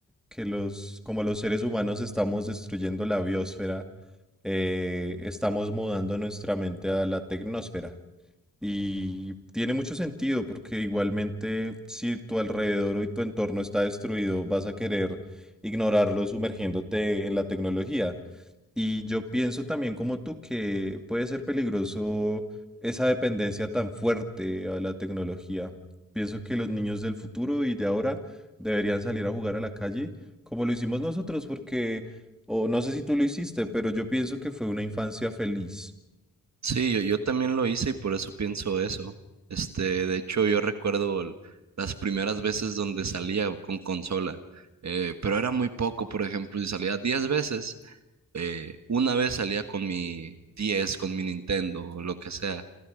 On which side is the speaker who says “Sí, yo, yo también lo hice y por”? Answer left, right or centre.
Right